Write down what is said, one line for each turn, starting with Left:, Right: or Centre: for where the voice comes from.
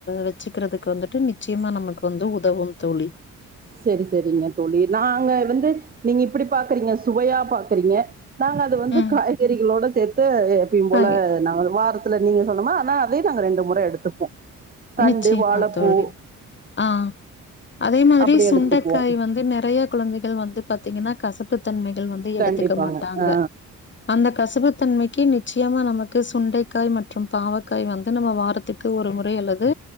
Left: வச்சிக்கிறதுக்கு வந்துட்டு நிச் சீமா நமக்கு வந்து உதவும் தோழி
Right: செரி செரிங்க தோழி நாங்க வந்து நீங்க இப்படி பாக்கறீங்க சுவையா பாக்கறீங்க நாங்க அது வந்து
Left: ம்.
Right: காய்கறிகளோட சேத்து எப்பயும் போல
Left: ரைட்.
Right: நா வாரத் த்துல நீங்க சொன்னம்மா ஆனா அதயு நாங்க ரெண்டு முற எடுத்துப்போ தண்டு
Left: நிச்சயமா
Right: வாழப்பூ
Left: தோழி. ஆ அதே மாதிரி
Right: அப்டி
Left: சுண்டைக்காய்
Right: எடுத்துக்குவோ
Left: வந்து நெறைய குழந்தைகள் வந்து பாத்தீங்கன்னா கசப்பு தன்மைகள் வந்து எடுத்துக்க
Right: கண்டிப்பாங்க
Left: மாட்டாங்க
Right: ஆ
Left: அந்த கசப்புத்தன்மைக்கு நிச்சயமா நமக்கு சுண்டைக்காய் மற்றும் பாவக்காய் வந்து நம்ம வாரத் துக்கு ஒரு முறை அல்லது